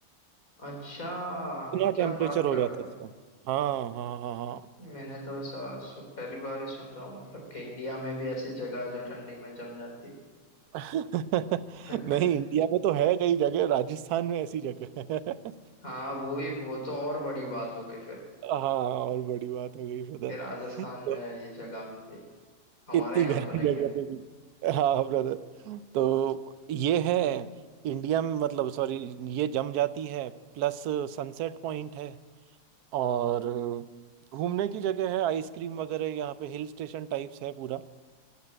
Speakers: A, on the left (about 65°); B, on the right (about 85°).
A: अच्छा
B: इतना
A: क्या
B: टेम्परेचर
A: बात
B: हो
A: कर
B: जाता
A: रहे
B: है
A: हो
B: उसका हाँ हाँ हाँ हाँ
A: मैंने तो ऐसा सु, पहली बार ही सुन रहा हूँ मतलब कि इंडिया में भी ऐसी जगह है जो ठंडी में जम जाती
B: <laughs>
A: है <laughs>
B: नहीं इंडिया में तो है कई जगह राजस्थान में ऐसी जगह है <laughs>
A: हाँ वो ही वो तो और बड़ी बात हो गई फिर
B: हाँ और बड़ी बात हो गई ब्रदर
A: कि राजस्थान
B: तो
A: में ये जगह मिल गई हमारे
B: इतनी
A: यहाँ
B: गर्म
A: तो नहीं
B: जगह
A: है
B: पे भी हाँ ब्रदर तो ये है इंडिया में मतलब सॉरी ये जम जाती है प्लस सनसेट पॉइंट है और घूमने की जगह है आइसक्रीम वगैरह यहाँ पे हिल स्टेशन टाइप्स है पूरा